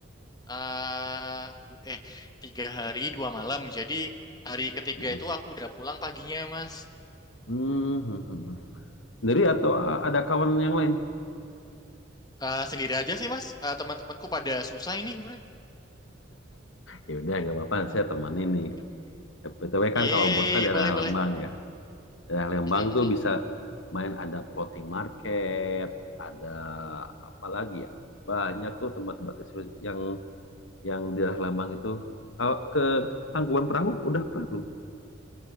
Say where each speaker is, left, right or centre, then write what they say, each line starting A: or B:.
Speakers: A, on the left (about 20°); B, on the left (about 80°).
A: eh du- eh tiga hari dua malam. Jadi hari ketiga
B: Mm-mm.
A: itu aku udah pulang paginya Mas.
B: Hmm, hmm, hmm, hmm. Sendiri atau ada kawan yang lain?
A: Eh sendiri aja sih Mas. Eh, teman-temanku pada susah ini. Udah.
B: Ya udah, nggak apa-apa, saya temenin nih.
A: Udah.
B: BTW
A: Yeay,
B: kan kalau Bos kan daerah
A: boleh boleh.
B: Lembang ya. Daerah Lembang
A: Mm, mm, mm.
B: tuh bisa main ada floating market, ada apa lagi ya? Banyak tuh tempat-tempat yang yang di daerah Lembang itu. Kalau ke Tangkuban Perahu udah pernah belum?